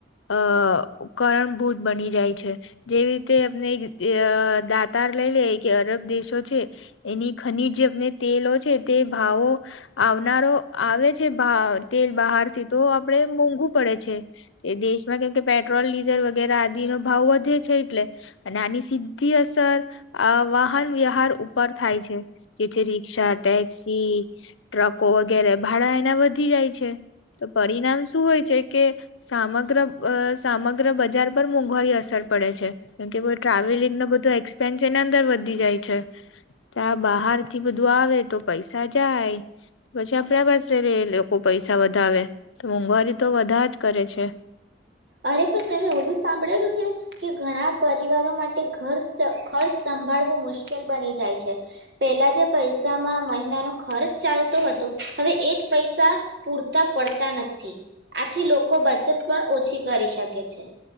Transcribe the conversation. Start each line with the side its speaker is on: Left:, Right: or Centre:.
Left: અ કરણભૂત બની જાય છે. જેવી રીતે અને દાતાર લઈ લે કે અરબ દેશો છે. એની ખનીજ જે આપને તેલો છે તે ભાવો આવનારો આવે છે તેલ બહાર થી તો આપણે મોંઘું પડે છે તે દેશમાં કેમ કે પેટ્રોલ ડીઝલ વગેરે આદિનો ભાવ વધે છે એટલે અને આની સીધી અસર આ વાહન વ્યવહાર ઉપર થાય છે. જે છે રિક્ષા ટેક્સી ટ્રકો વગેરે ભાડા એના વધી જાય છે તો પરિણામ શું હોય છે કે સમગ્ર સમગ્ર બજાર પર મોંઘવારી અસર પડે છે કેમકે ટ્રાવેલિંગ ન બધો એક્સપેન્સ એની અંદર વધી જાય છે. ત્યાં બહાર થી બધું આવે તો પૈસા જાય પછી આપડા પાસે લોકો પૈસા વધાવે તો મોંઘવારી તો બધા જ કરે છે.
Right: અરે પણ તમે ઓલું સાંભળેલું છે કે ઘણા પરિવારો માટે ઘર ખર્ચ સંભાળવો મુશ્કેલ બની જાય છે. પેલા જે પૈસામાં મહિનાનો ખર્ચ ચાલતો હતો હવે એ જ પૈસા પૂરતા પડતા નથી આથી લોકો બચત પણ ઓછી કરી શકે છે.